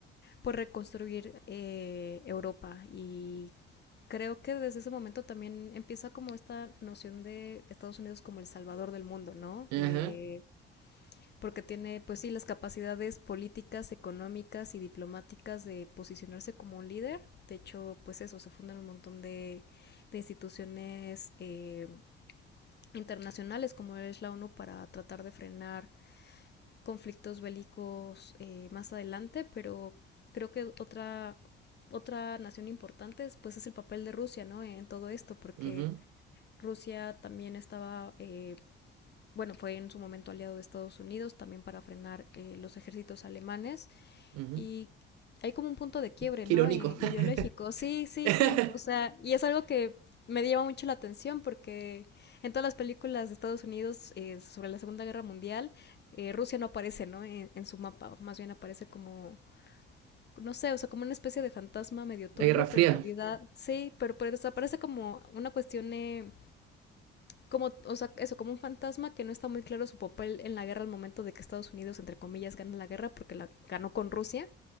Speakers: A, on the left; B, on the right.
A: por reconstruir eh, Europa y creo que desde ese momento también empieza como esta noción de Estados Unidos como el salvador del mundo, ¿no?
B: ajá,
A: Eh, porque tiene, pues sí, las capacidades políticas, económicas y diplomáticas de posicionarse como un líder. De hecho, pues eso, se fundan un montón de, de instituciones eh, internacionales como es la ONU para tratar de frenar conflictos bélicos eh, más adelante, pero creo que otra, otra nación importante pues, es el papel de Rusia ¿no? en todo esto, porque
B: ujú,
A: Rusia también estaba, eh, bueno, fue en su momento aliado de Estados Unidos también para frenar eh, los ejércitos alemanes
B: ujú.
A: y hay como un punto de quiebre,
B: Qué
A: ¿no?
B: irónico.
A: Eh, ideológico. Sí,
B: <laughs>
A: sí,
B: La
A: sí. O sea, y es algo que me llama mucho la atención porque en todas las películas de Estados Unidos eh, sobre la Segunda Guerra Mundial, eh, Rusia no aparece, ¿no? En, en su mapa, o más bien aparece como, no sé, o sea, como una especie de fantasma medio turbio,
B: Guerra
A: pero
B: Fría.
A: en realidad sí, pero, pero desaparece como una cuestión, eh, como, o sea, eso, como un fantasma que no está muy claro su papel en la guerra al momento de que Estados Unidos, entre comillas, gana la guerra porque la ganó con Rusia.